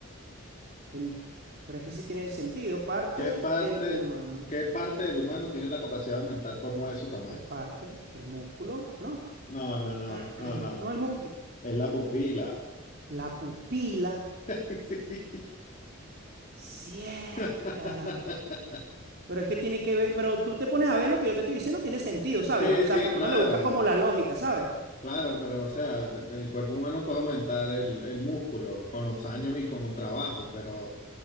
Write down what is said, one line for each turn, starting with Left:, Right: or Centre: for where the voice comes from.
Right: el pero es que sí tiene sentido, parte
Left: ¿Qué
Right: de-
Left: parte,
Right: del humano,
Left: qué parte del humano tiene la capacidad de aumentar por nueve su tamaño?
Right: ¿qué parte? El músculo, ¿no?
Left: No, no, no,
Right: <clears throat>
Left: no, no.
Right: No el músculo,
Left: Es la pupila.
Right: la pupila,
Left: <laughs> Sí.
Right: sí,
Left: <laughs>
Right: cara. Pero es que tiene que ver, pero tú te pones a ver lo que yo te estoy diciendo, tiene sentido, ¿sabes?
Left: Sí,
Right: O
Left: sí,
Right: sea, porque
Left: claro,
Right: uno le busca como la lógica, ¿sabes?
Left: claro, pero o sea, de- el cuerpo humano puede aumentar el, el músculo con los años y con el trabajo, pero